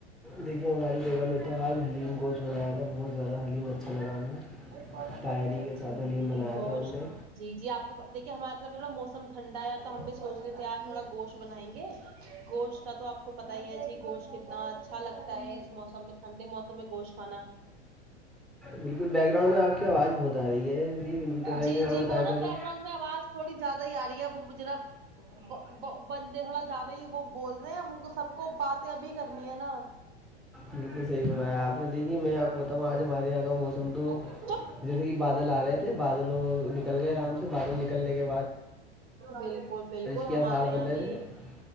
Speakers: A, in the centre; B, on the right.
A: دیکھیے ہماری گگہ میں تو آج حلیم گوشت بنایا تھا بہت زیادہ حلیم اچھا لگا ہمیں <unintelligible>
B: جی
A: شاعری کے ساتھ
B: حلیم
A: بنایا
B: گوش
A: تھا ان نے
B: جی جی آپ کو دھیے ہماریے طرف موسم ٹھنڈا ہے تو ہم بھی سوچ رہے تھے آپ تھوڑا گوشتنائیں گے گوشت کا تو آپ کو پتا ہی ہے جی گوشت کتنا اچھا لگتا ہے اس موسم میں ٹھنڈے موسم میں گوشت کا کھانا
A: بالکل بیک گاؤنڈ میں آپ <unintelligible> آ رہی ہے تو میں
B: جی
A: آپ
B: جی
A: بتانا
B: وہ نا
A: چاہوں گا
B: بککگروند میں آواز تھوڑی زیادہ ہی آ رہی ہے وہ جرا <unintelligible> تھوڑا زیادہ ہی وہ بول رہے ہیں ہم ان سب کو باتیں ابھی کرنی ہے نا
A: بالکل صحیح فرمایا آپ نے دیکھی میں <unintelligible> بتا ہ آج ہمارے یہاں کا موسم تو
B: چپ
A: جیسے کہ بادل آ رہے سے بادلوں نکل گئے آرام سے بادل نکلنے گئے
B: بالکل بالکل
A: کے
B: ہمارے
A: آثار بن
B: یہاں
A: رہے
B: بھی
A: تھے